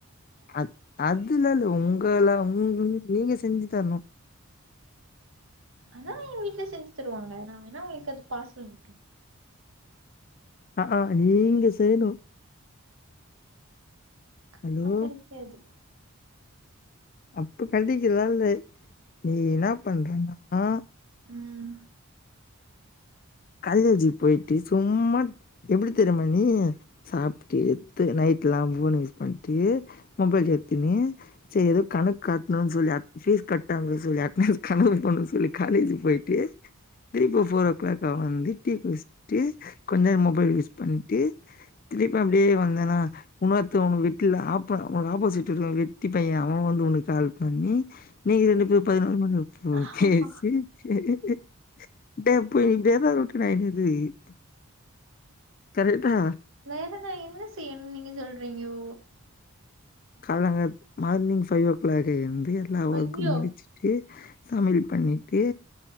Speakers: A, on the left; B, on the right.
A: அ அதுல்லா இல்ல உங்கள உங் நீங்க செஞ்சு தர்ணு
B: அதா எங் வீட்ல செஞ்சு தருவாங்க நா வேணா உங்ளுக்கு அது பார்சல் அனுப்புறே
A: அஆ நீங்க செய்ணு
B: அப்ப
A: ஹலோ!
B: கடைக்காது
A: அப்ப கடைகற்லா இல்ல நீ என்ன பண்றனா
B: ம்
A: காலேஜு போய்ட்டு சும்மா எப்டி தெரியுமா நீ சாப்டு எத்து நைட் லாம் போன யூஸ் பண்டு மொபைல் எத்துனு சேரி எதோ கணக் காட்டுனு சொல்லி கட்ட பேசுவ யார்ட்னயாது கனவு பண்னு சொல்லி காலேஜுக் போய்ட்டு திரும்ப போர் ஓ க்ளாக் வந்து டீ குடிஸ் டு கொஞ் நேரோ மொபைல் யூஸ் பண்டு திருப்ப அப்டியே வந் வந்தேனா ஒண்ணுருத்தவ வீட்ல ஆப்பண்ண போனா ஆப்போஸிட்ல வெட்டி பைய அவ வந்து உனக்கு கால் பண்ணி நீங்க ரெண்டு பேரும் பதினோரு மணி வரை
B: ஆமா.
A: பேசி <unintelligible> <unintelligible> கரெக்டா
B: வேற நா என்ன செய்யணு நீங்க சொல்றீங்யோ
A: காலங்காத் மார்னிங் ஃபைவ் ஓ கிளாக்லயிருந்து எல்லா ஒர்க்கும்
B: ஐயோ!
A: முடிச்சிட்டு சமையல் பண்ணிட்டு